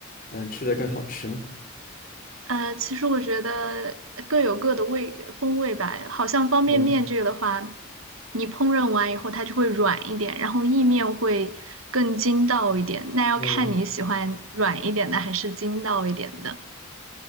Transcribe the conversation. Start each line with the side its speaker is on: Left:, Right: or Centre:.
Left: 嗯、吃的更好吃呢？
Right: 呃，其实我觉得各有各的味风味吧。好像方便面这个的话，
Left: 嗯
Right: 你烹饪完以后它就会软一点，然后意面会更筋道一点。那要看你喜欢软一点的还是筋道一点的。
Left: 嗯